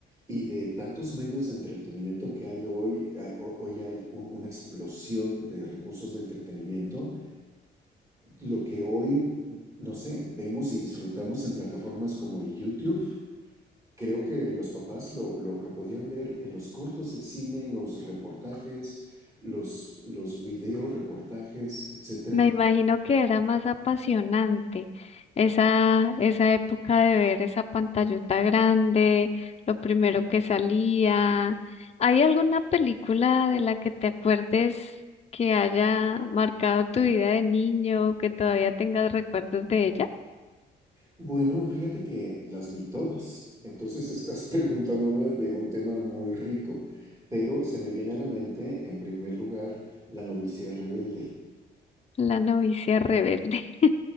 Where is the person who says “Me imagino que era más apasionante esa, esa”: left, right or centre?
Left